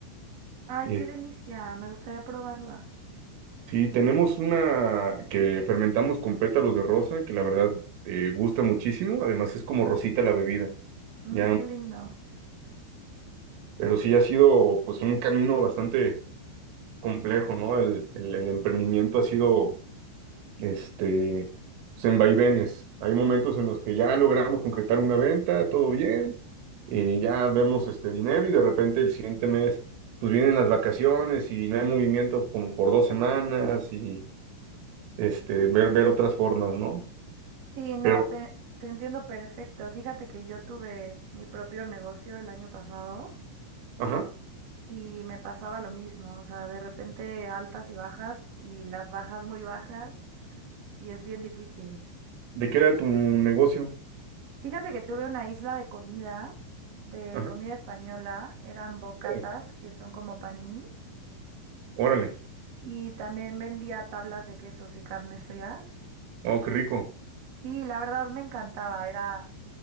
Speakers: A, on the right; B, on the right.
A: Ay,
B: Eh,
A: qué delicia, me gustaría probarla.
B: sí, tenemos una que fermentamos con pétalos de rosa, que la verdad eh, gusta muchísimo, además es como rosita la bebida,
A: Mm,
B: ya,
A: qué lindo.
B: pero sí ha sido pues un camino bastante complejo, ¿no? El, el, el emprendimiento ha sido este, pues, en vaivenes. Hay momentos en los que ya logramos concretar una venta, todo bien, eh, ya vemos este dinero y de repente el siguiente mes, pues vienen las vacaciones y no hay movimiento como por dos semanas y este, ver, ver otras formas, ¿no?
A: Sí, no,
B: Pero,
A: te, te entiendo perfecto. Fíjate que yo tuve mi propio negocio el año pasado
B: ajá,
A: y me pasaba lo mismo, o sea, de repente altas y bajas y las bajas muy bajas y es bien difícil.
B: ¿de qué era tu negocio?
A: Fíjate que tuve una isla de comida, de
B: Ajá,
A: comida española, eran bocatas,
B: órale,
A: que son como paninis,
B: órale.
A: y también vendía tablas de quesos y carnes frías.
B: Oh, qué rico.
A: Sí, la verdad me encantaba, era,